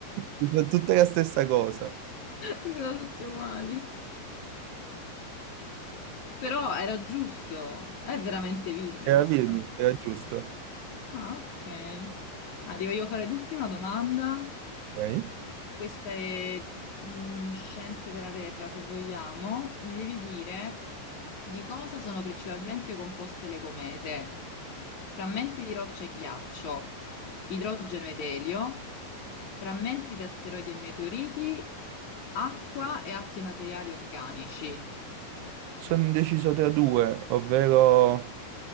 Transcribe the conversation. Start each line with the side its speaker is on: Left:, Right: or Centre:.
Right: Sono Tutte la stessa cosa.
Left: Si sono tutte uguali. Però era giusto. È veramente Vilnius.
Right: Era Vilnius, era giusto.
Left: Ah, ok. Arrivo io a fare l'ultima domanda.
Right: Ok.
Left: queste mh, scienze della Terra, se vogliamo, mi devi dire di cosa sono principalmente composte le comete. Frammenti di roccia e ghiaccio, idrogeno ed elio, frammenti di asteroidi e meteoriti, acqua e altri materiali organici.
Right: Sono indeciso tra due, ovvero